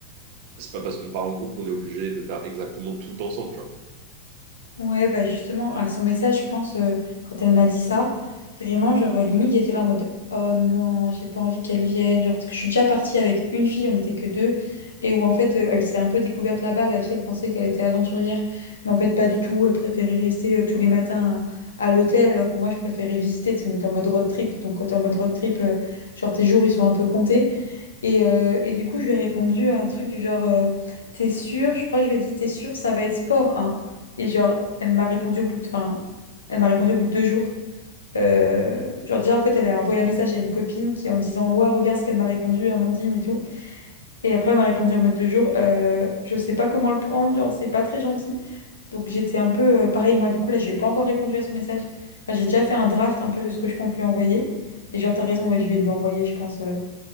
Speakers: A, on the right (about 50°); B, on the left (about 70°).
A: c'est pas parce qu'on part en groupe qu'on est obligé de faire exactement tout ensemble, tu vois.
B: Ouais, bah justement, à son message, je pense, euh, quand elle m'a dit ça, vraiment, genre, euh, limite, j'étais là en mode, oh non, j'ai pas envie qu'elle vienne, genre, parce que je suis déjà partie avec une fille, on n'était que deux, et où en fait, euh, elle s'est un peu découverte là-bas, la fille, elle pensait qu'elle était aventurière, mais en fait, pas du tout, elle préférait rester euh, tous les matins à, à l'hôtel, alors que moi, je préférais visiter, tu sais, on était en mode road trip, donc quand t'es en mode road trip, euh, genre, tes jours, ils sont un peu comptés, et, euh, et du coup, je lui ai répondu à un truc du genre, euh, t'es sûre, je crois, que je lui ai dit, t'es sûre, ça va être sport, hein. Et genre, elle m'a répondu au bout de, enfin, elle m'a répondu au bout de deux jours. Euh, genre déjà, en fait, elle a envoyé un message à une copine qui en disant, ouais, regarde ce qu'elle m'a répondu, Amandine et tout. Et après, elle m'a répondu en mode deux jours, euh, je sais pas comment le prendre, genre, c'est pas très gentil. Donc j'étais un peu euh, pareil, moi, du coup, là, je lui ai pas encore répondu à son message. Enfin, j'ai déjà fait un draft un peu de ce que je compte lui envoyer. Et genre, t'as raison, ouais, je vais lui envoyer, je pense, euh,